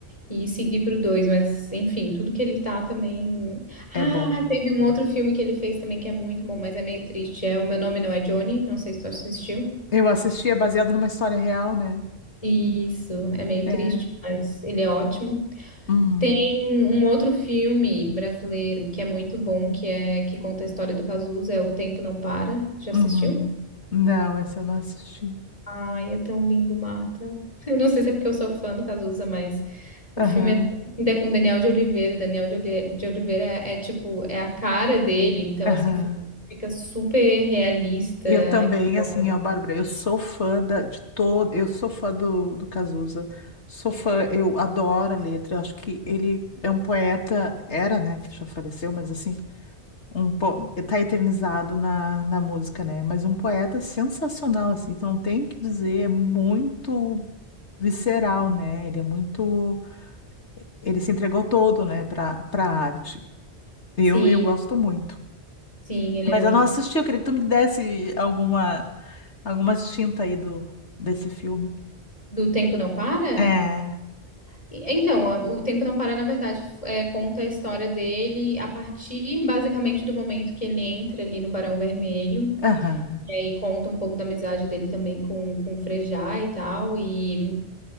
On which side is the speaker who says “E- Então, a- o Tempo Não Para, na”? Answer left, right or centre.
Left